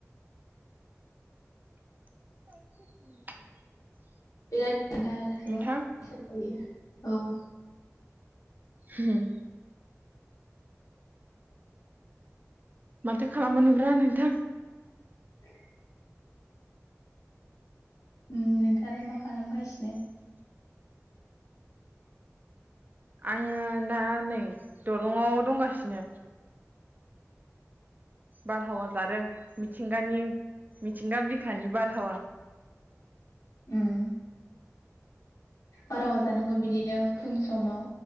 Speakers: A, on the right (about 35°); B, on the left (about 85°).
A: <inaudible>
B: बिरा <unintelligible>
A: नोंथां
B: औ
A: होम माथो खालाम मोनोब्रा नोंथां
B: औ नोंथां आलाय मा
A: <inaudible>
B: खालामगासिनो
A: आङो दा नै दलंआव दंगासिनो बारहावा जादों मिथिंगानि मिथिंगा बिखानि बारहावा
B: उम बारहावा जानांगौ बिदिनो फुं समाव